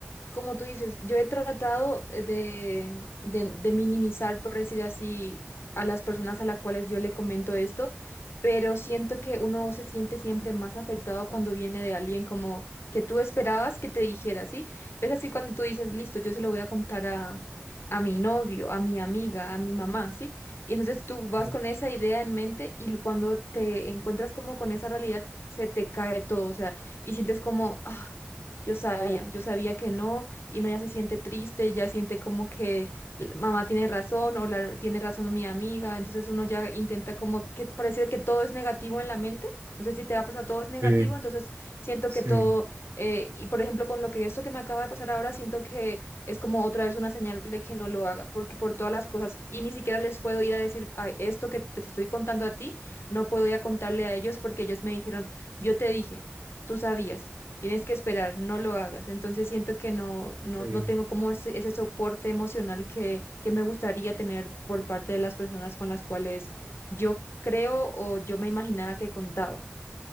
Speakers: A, on the left (about 75°); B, on the right (about 80°).
A: Como tú dices, yo he tratado eh, de, de, de minimizar, por decir así, a las personas a las cuales yo le comento esto, pero siento que uno se siente siempre más afectado cuando viene de alguien como que tú esperabas que te dijera, ¿sí? ¿Ves así cuando tú dices, listo, yo se lo voy a contar a, a mi novio, a mi amiga, a mi mamá, ¿sí? Y entonces tú vas
B: Sí.
A: con esa idea en mente y cuando te encuentras como con esa realidad, se te cae todo, o sea, y sientes como... "Ah, yo sabía, yo sabía que no, y no ya se siente triste, ya siente como que l- mamá tiene razón o la, tiene razón mi amiga, entonces uno ya intenta como que parece que todo es negativo en la mente, no sé si te va a pasar todo es negativo,
B: Sí,
A: entonces siento
B: sí.
A: que todo, eh, y por ejemplo con lo que esto que me acaba de pasar ahora, siento que es como otra vez una señal de que no lo haga, porque por todas las cosas, y ni siquiera les puedo ir a decir, "Ay, esto que te estoy contando a ti, no puedo ir a contarle a ellos porque ellos me dijeron, yo te dije, tú sabías. Tienes que esperar, no lo hagas. Entonces siento que no, no,
B: sí.
A: no tengo como ese, ese soporte emocional que, que me gustaría tener por parte de las personas con las cuales yo creo o yo me imaginaba que contaba.